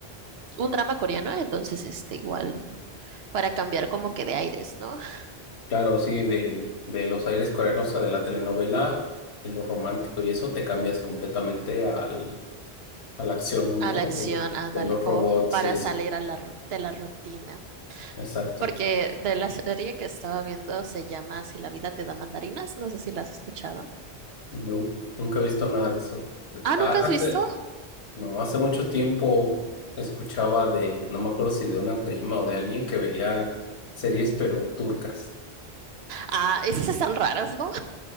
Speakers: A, on the right (about 75°); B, on the left (about 90°).
A: un drama coreano, entonces este, igual para cambiar como que de aires, ¿no? <laughs>
B: Claro, sí, de, de los aires coreanos, o sea, de la telenovela, de lo romántico y eso te cambias completamente al, a la acción,
A: A
B: ¿no?
A: la acción,
B: De los,
A: ándale,
B: de los
A: como
B: robots
A: para
B: y eso.
A: salir a la, ru- de la rutina,
B: Exacto.
A: porque de la serie que estaba viendo se llama Si la vida te da mandarinas, no sé si la has escuchado.
B: No, nunca he visto nada de eso.
A: Ah, ¿nunca
B: Ha-
A: has
B: Hace,
A: visto?
B: no, hace mucho tiempo escuchaba de, no me acuerdo si de una prima o de alguien que veía series, pero turcas.
A: Ah, esas están raras, ¿no?